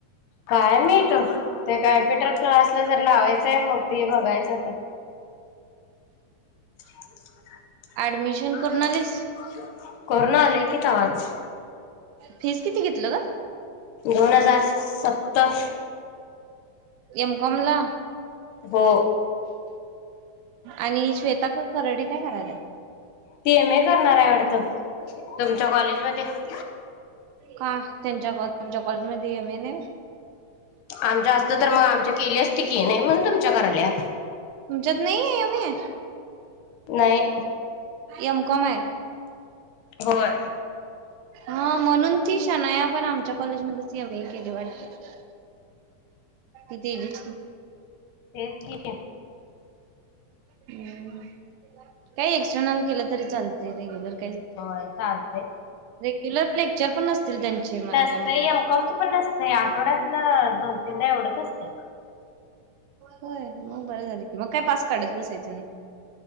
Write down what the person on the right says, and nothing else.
ऍडमिशन
करून आलीस
फीज किती घेतलं ग
एम कौम ला?
आणि श्वेता करडे काय करायला?
का त्यांच्यामच्या कॉलेज मध्ये एम ए न?
तुमच्यात नाही आहे एम ए?
एम कोम आहे.
हा म्हणून ती छान आया पण आमच्या कॉलेज एम ए केले वाटते. ते गच.
हम् काही एक्स्टर्नल केलं तरी चालत रेग्युलर.
ेग्युलर लेक्चर पण, नसतील त्यांचे माझ्या
मते.
होय मग बरं झालं कि मग काय पास काढत बसायचं नाही.